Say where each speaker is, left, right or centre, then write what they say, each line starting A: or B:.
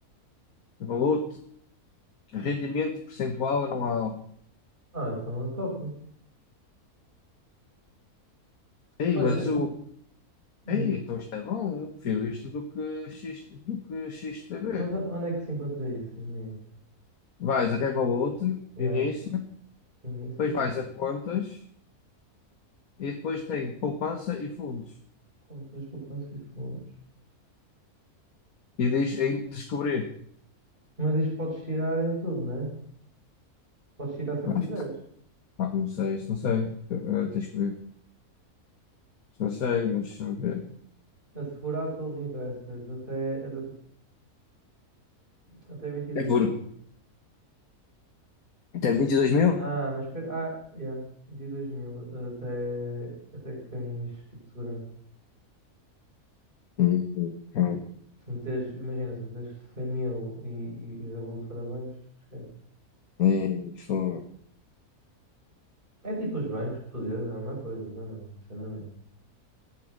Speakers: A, on the left; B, on the right.
A: Roboto, rendimento percentual anual.
B: Ah, então é top.
A: Ei,
B: Pois
A: mas
B: é,
A: o.
B: diz.
A: Ei, então isto é bom. Prefiro isto do que, X, do que XTB.
B: Mas o- onde é que se encontra isso? Diz-me aí.
A: Vais a Revolut,
B: Yeah,
A: início,
B: início,
A: depois vais a contas e depois tem poupança e fundos.
B: contas, poupança e fundos.
A: E diz em descobrir.
B: Mas isto podes tirar em tudo, né? Podes tirar sempre
A: Mas,
B: que quiseres.
A: Pá, não sei, isso não sei. Eh, Tens que ver. Isso não sei, mas deixa-me ver.
B: Assegurado pelos investors até, até, até 22
A: É por
B: mil.
A: Até 22 mil?
B: Ah, mas espera. Ah, yeah, 22 mil até, até que tens tipo segurança.
A: Hum, hum,
B: Se meteres, imagina, se meteres 100 mil e, e, e Revolut para baixo, esquece.
A: Isso.
B: É tipo os bancos portugueses, é a mesma coisa também, sinceramente.